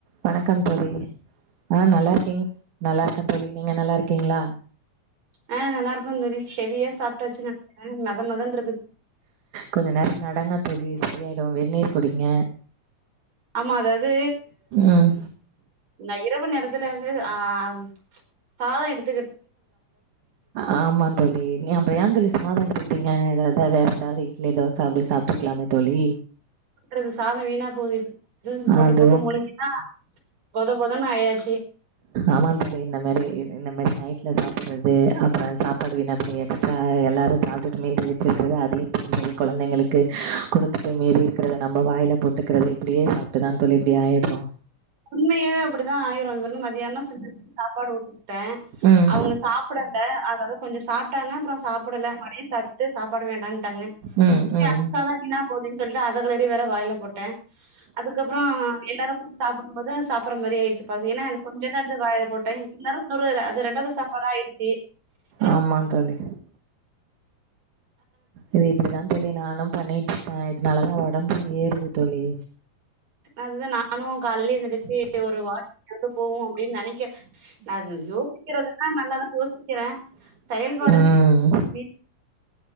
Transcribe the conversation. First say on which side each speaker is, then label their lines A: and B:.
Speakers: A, on the right (about 70°); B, on the right (about 55°).
A: வணக்கம் தோழி ஆ நல்லா இருக்கேங் நல்லா இருக்கேன் தோழி நீங்க நல்லா இருக் கீங்களா
B: ஆஹ் நல்லா இருக்கோந்தோழி ஹெவியா சாப்பிட்டாச்சு நெனக்கிற மத மதனு இருந்துச்சு
A: கொஞ்ச நேரோ நடங்க தோழி சரியாயிடு வெந்நீர் குடிங்க
B: ஆமா அதாவது
A: ம்
B: ந இரவு நேரத்துல இருந்து ஆஹ் சாதோ எடுத்
A: ஆமாந் தோழி நீ அப்பறோ ஏன் தோழி சாதோ எடுத்துக்கிட்டீங்க வே வேற எதாவது இட்லி தோச அப்படி சாப்பிட்டுருக்கலாமே தோழி
B: கொட்றது சாதோ வீணா போதே எப்படி கொட்றது போட்டு
A: அதுவு
B: போட்டு முழுங்கிதா பொத பொதன்னு ஆயாச்சு
A: ஆமாந்தோழி இந்த மாரி இது இந்த மாரி நைட்ல சாப்பிடறது அப்புறோ சாப்பாடு வீணா அப்படி எக்ஸ்ட்ரா எல்லாரு சாப்பிட்டுட்டு மீதி வெச்சிருக்கிறத அதயு தின்றது கொழந்தைங்களுக்கு குடுத்துட்டு மீதி இருக்கிறத நம்ம வாய்ல போட்டுக்கிறது இப்படியே சாப்பிட்டுதான் தோழி இப்படி ஆயிடறோ
B: உண்மயாவே அப்படிதா ஆயிறோ இங்கிருந்து மதியானோ செஞ்ச சாப் பாடு ஊட்டிவுட்டேன்
A: ம்
B: அவங்க சாப்படல அதால கொஞ்சோ சாப்பிட்டாங்க அப்பறோ சாப்பிடல மதியோ சாப் ஃபர்ஸ்ட்டே சாப்பாடு வேண்டான்ட்டாங்க
A: ம்
B: சேரி
A: ம்
B: அதுக்காக வீணா போடினு சொல்ட்டு அதகளே அப்படியே வேற வாயில போட்ட அதுக்கப்பறோ எல்லாரு சாப்பிடும்போது சாப் பற மாரி ஆயிடுச்சு பசி ஏனா எனக்கு கொஞ்சந்தா எடுத்து வாய்ல போட்டேன் இருந்தாலு இன்னூறு அது ரெண்டாவது சாப்பாடு ஆயிடுச்சு இருந்
A: ஆமா தோழி இது இப்படித்தான் தோழி நானும் பண்ணிட்டு இருக்கேன் இதனாலதா ஒடம்பு ஏறுது தோழி
B: அதுதா நானு காலைல எந்திருச்சு ஒரு வாக்கிங் ஆவது போவோ அப்டின் நெனைக்க நா யோசிக்கிறதல்லா நல்லாதா யோசிக்கற செயல்பாடு
A: ம்
B: மி